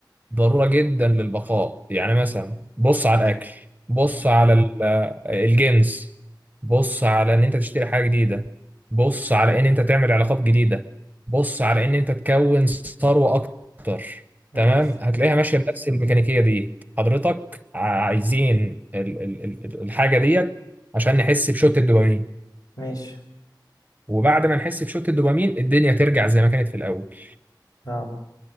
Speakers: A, on the right; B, on the left.
A: ضرورة جدا للبقاء يعني مثلا بص على الأكل بص
B: ماشي
A: على ال- الجنس بص على إن أنت تشتري حاجة جديدة بص على إن أنت تعمل علاقات جديدة بص على إن أنت تكون ثروة أكتر
B: ماشي
A: تمام هتلاقيها ماشية بنفس الميكانيكية دي حضرتك عايزين ال- ال- ال- الحاجة ديت عشان نحس بشوت الدوبامين
B: ماشي
A: وبعد ما نحس بشوت الدوبامين الدنيا ترجع زي ما كانت في الأول
B: اه